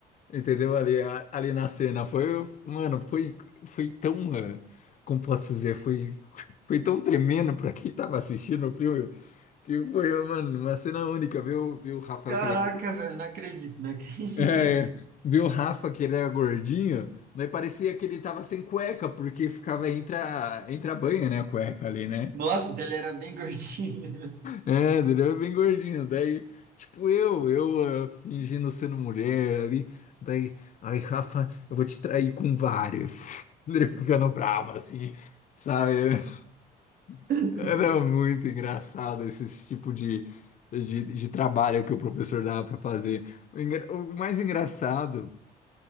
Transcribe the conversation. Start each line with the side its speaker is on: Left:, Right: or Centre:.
Left: Entendeu? Ali, a- ali na cena. Foi, mano, foi, foi tão. eh, Como posso dizer? Foi, foi tão tremendo pra quem tava assistindo o filme. Que foi, mano, uma cena única. Viu, viu o Rafael
Right: Caraca,
Left: que ele é. go-
Right: velho, não acredito, não acredito.
Left: É, viu o Rafa que ele era gordinho. Mas parecia que ele tava sem cueca, porque ficava entre a, entre a banha, né? A cueca ali, né?
Right: Nossa, então ele era bem gordinho.
Left: É, ele era bem gordinho. Daí, tipo, eu, eu ah, fingindo sendo mulher ali. Daí, ai, Rafa, eu vou te trair com vários. <laughs> Ele ficando bravo assim, sabe? <laughs>
Right: <laughs>
Left: Era muito engraçado esse tipo de, de, de trabalho que o professor dava pra fazer. O, engra- o mais engraçado